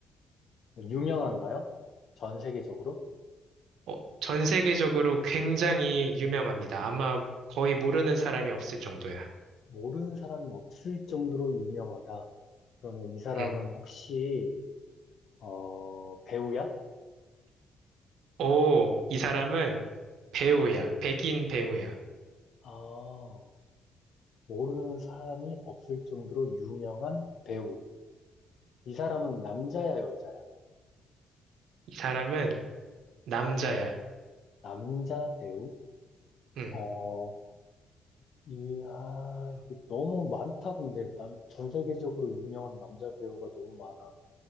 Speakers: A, on the left; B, on the right.
A: 유명한가요? 전 세계적으로?
B: 어, 전 세계적으로 굉장히 유명합니다. 아마 거의 모르는 사람이 없을 정도야.
A: 모르는 사람이 없을 정도로 유명하다. 그러면 이 사람은
B: 응.
A: 혹시, 어, 배우야?
B: 오, 이 사람은 배우야. 백인 배우야.
A: 아, 모르는 사람이 없을 정도로 유명한 배우. 이 사람은 남자야, 여자야?
B: 이 사람은 남자야.
A: 남자 배우?
B: 응.
A: 어, 이야, 이게 너무 많다, 근데. 남, 전 세계적으로 유명한 남자 배우가 너무 많아.